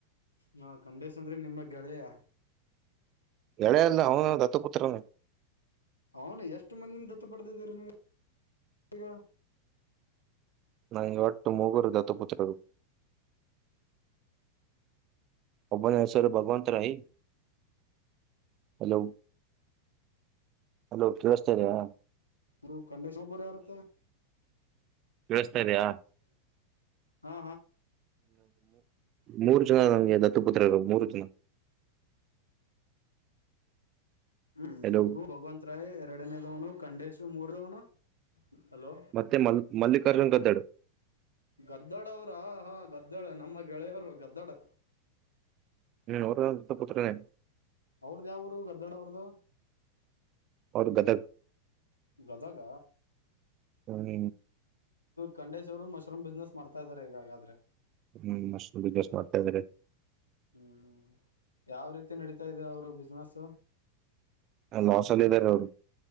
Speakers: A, on the left (about 85°); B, on the right (about 35°).
A: ಹಾ ಖಂಡೇಶ ಅಂದ್ರೆ ನಿಮ್ಮಗ್ ಗೆಳೆಯ
B: ಎಳೆಯ ಇಲ್ಲ ಅವನು ದತ್ತಪುತ್ರನೆ
A: ಅವನು ಎಷ್ಟ ಮಂದಿನ ದತ್ತ ಪಡೆದಿದ್ದೀರಿ ನೀವು ಈಗ?
B: ನಂಗೆ ಒಟ್ಟು ಮೂಗರು ದತ್ತಪುತ್ರರು ಒಬ್ಬನ ಹೆಸರು ಭಗವಂತ ರಾಯ ಹಲೋ ಹಲೋ ಕೇಳುಸ್ತಾ ಇದಿಯಾ?
A: ಬ್ರು ಖಂಡೇಶ್ ಒಬ್ರು ಯರುತ್ತೆ.
B: ಕೇಳಸ್ತಾ ಇದಿಯಾ?
A: ಹಾ
B: ಮೂರು ಜನ ನಂಗೆ ದತ್ತಪುತ್ರರು ಮೂರು ಜನ
A: ಹ್ಮ್
B: ಹಲೋ
A: ಒಬ್ಬ ಭಗವಂತ್ ರಾಯ್ ಎರಡನೇದವನು ಖಂಡೇಶು ಮೂರದವನು ಹಲೋ
B: ಮತ್ತೆ ಮ ಮಲ್ಲಿಕಾರ್ಜುನ್ ಗದ್ದಡು
A: ಗದ್ದಡ ಅವ್ರಾ ಹಾ ಗದ್ದಡ್ ನಮ್ಮ ಗೆಳೆಯರು ಗದ್ದಡು
B: ಹ್ಮ ಅವ್ರ್ ಅಂತ ಪತ್ರನೆ
A: ಅವ್ರ್ದ ಯಾವರು ಗದ್ದಡ ಅವ್ರ್ದ
B: ಅವ್ರು ಗದಗ್
A: ಗದಗ
B: ಹ್ಮ
A: ಕಂಡೇಶ್ವರು ಮಶ್ರೂಮ್ ಬಿಸ್ನೆಸ್ ಮಾಡ್ತಾ ಇದ್ದಾರೆ ಈಗಾಗಾದ್ರೆ
B: ಹ್ಮ್ ಮಶ್ರೂಮ್ ಬಿಸ್ನೆಸ್ ಮಾಡ್ತಾ ಇದಾರೆ.
A: ಹ್ಮ್ ಯಾವ ರೀತಿ ನಡೀತ ಇದೆ ಅವರು ಬಿಸ್ನೆಸ್?
B: ಹ ಲಾಸ್ ಅಲಿದಾರೆ ಅವರು